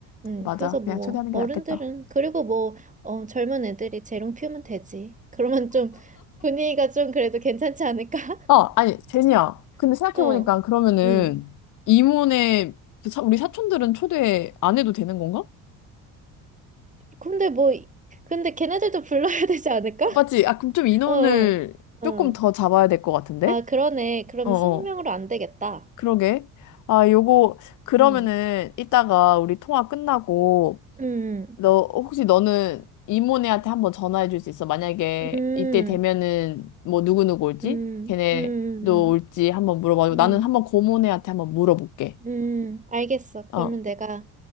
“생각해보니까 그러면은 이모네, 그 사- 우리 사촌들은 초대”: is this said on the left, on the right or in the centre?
Left